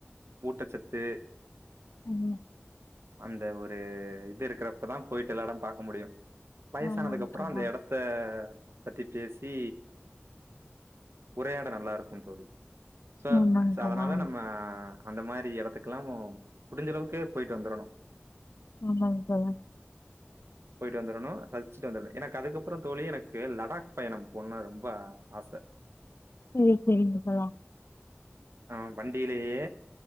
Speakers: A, on the right; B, on the left.
A: ஊட்டச்சத்து
B: ம்
A: அந்த ஒரு இது இருக்கிறப்பதா போயிட்டு எல்லாரும் பாக்க முடியு வயசானதுக்கு
B: ஆமாங்க
A: அப்புற
B: தோழா
A: அந்த எடத்த பத்தி பேசி உரையாட நல்லா இருக்குந் தோழி சோ
B: ஆமாங்க
A: சோ
B: தோழா
A: அதனால நம்ம அந்த மாரி எடத்துக்கெல்லா முடிஞ்ச அளவுக்கு போயிட்டு வந்துரணு
B: ஆமாங்க தோழா
A: போயிட்டு வந்துரணும் ரசிச்சுட்டு வந்துடணு எனக்கு அதுக்கப்புற தோழி எனக்கு லடாக் பயணம் போணுனு ரொம்ப ஆச
B: சரி சரிங்க தோழா
A: ஆஹ் வண்டியிலேயே